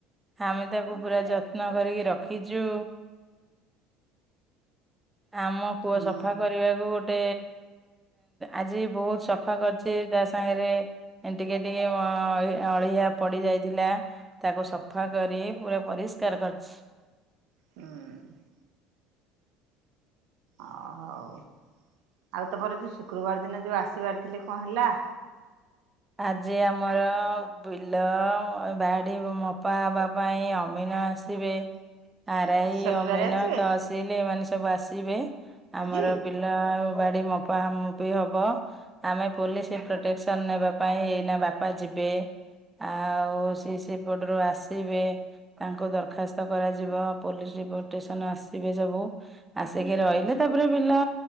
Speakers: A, on the right (about 15°); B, on the right (about 70°).
A: ଆମେ ତାକୁ ପୁରା ଯତ୍ନ କରିକି ରଖିଛୁ।
B: <inaudible>
A: ଆମ। କୁଅ
B: ହୁଁ
A: ସଫା କରିବାକୁ ଗୋଟେ ଆଜି ବହୁତ ସଫା କରିଛି ତା। ସାଇଁରେ ଟିକେ ଟିକେ ଅ ଅଳିଆ ପଡି ଯାଇଥିଲା। ତାକୁ ସଫା କରି ପୁରା ପରିଷ୍କାର କରିଛି।
B: <inaudible> ଓ ହଉ ଆଉ ତମର ଯେଉଁ ଶୁକ୍ରବାର ଦିନ ଯେଉଁ ଆସିବାର ଥିଲେ କଣ ହେଲା।
A: ଆଜି ଆମର ବିଲ ବାଡି ମୋପା ବା। ପାଇଁ ଅମିନା ଆସିବେ।
B: <unintelligible>
A: ଆରାଇ
B: ଆଜି ଶନିବାର
A: ଅମିନ
B: ଆସିବେ
A: ତହସିଲି ଏମାନେ ସବୁ ଆସିବେ ଆମର
B: ଆଜି
A: ବି ଲ ଆଉ ବାଡି ମପା ହ ମପି ହବ ଆମେ ପୋଲିସି ପ୍ରୋଟେକ୍ସନ ନେବା ପାଇଁ ଏଇନା ବାପା ଯିବେ ଆଉ ସି ସି ପୋର୍ଟର ଆସିବେ। ତାଙ୍କୁ ଦରଖାସ୍ତ କରାଯିବ ପୋଲିସି ପ୍ରୋଟେକ୍ସନ୍ ଆସିବେ ସବୁ। ଆସିକି ରହିଲେ ତାପରେ ବିଲ